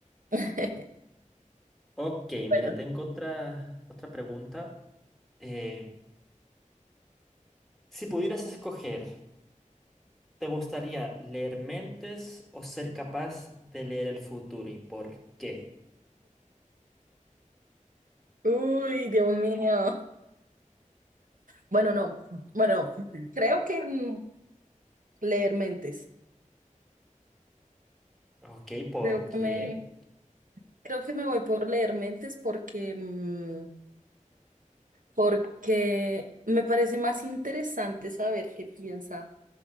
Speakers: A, on the right; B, in the centre.
A: <laughs>
B: Ok, mira,
A: Bueno.
B: tengo otra, otra pregunta. Eh, si pudieras escoger, ¿te gustaría leer mentes o ser capaz de leer el futuro y por qué?
A: Uy, Dios mío. Bueno, no. Bueno, creo que mm, leer mentes.
B: Ok, ¿por
A: Creo que
B: qué?
A: me, creo que me voy por leer mentes porque, mm, porque me parece más interesante saber qué piensa,